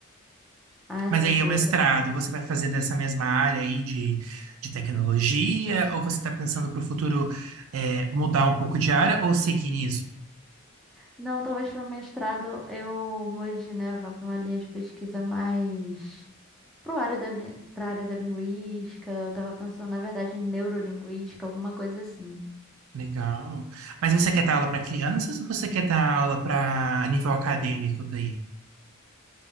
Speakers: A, in the centre; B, on the right.
A: Ai,
B: Mas
A: meu
B: aí
A: Deus.
B: o mestrado, você vai fazer dessa mesma área aí de, de tecnologia, ou você está pensando para o futuro é, mudar um pouco de área ou seguir nisso?
A: Não, talvez para o mestrado eu mude, né? Vá para uma linha de pesquisa mais Pro área da, li- pra área da linguística, eu tava pensando, na verdade, em neurolinguística, alguma coisa assim.
B: Legal. Mas você quer dar aula para crianças ou você quer dar aula para nível acadêmico daí?